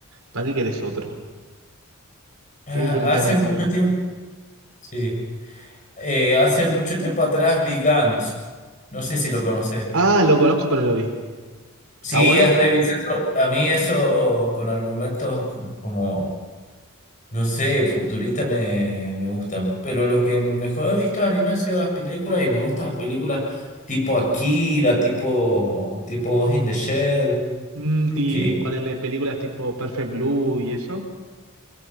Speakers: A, on the right; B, on the left.
A: ¿Para qué querés otro?
B: ah,
A: ¿Qué me planteás
B: hace
A: de
B: mucho
A: nuevo?
B: tiempo, sí, eh, hace mucho tiempo atrás vi Gantz, no sé si lo conoces.
A: Ah, lo conozco, pero no lo vi. ¿Está
B: Sí,
A: bueno?
B: es revisar, a mí eso con argumentos co- como... No sé, futurista me, me gustan, pero lo que mejor he visto de anime han sido las películas y me gustan las películas tipo Akira, tipo, tipo Ghost in the Shell,
A: Mm, y
B: que
A: ponerle películas tipo Perfect Blue y eso.